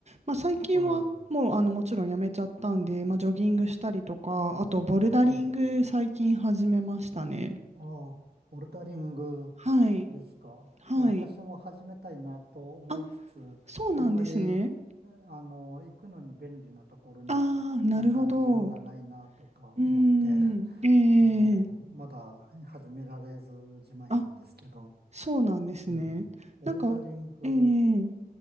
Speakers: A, on the right; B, on the right.
A: まあ、最近はもう、
B: はい、
A: あの、もちろんやめちゃったんで、まあ、ジョギングしたりとか、あと、ボルダリング最近始めましたね。
B: はい。ああ、ボルダリング
A: はい。
B: ですか。
A: はい。
B: いや、私も始めたいなと思いつつ、
A: あ、そうなんですね。
B: あんまり、えあの、行くのに便利なところになんかジムがないなとか思って、
A: ああ、なるほど。うーん。
B: <laughs> あの、
A: ええ
B: まだ始められずじまいなんですけど、
A: あ、そうなんですね。
B: うん。ボルダリング、
A: なんか、ええ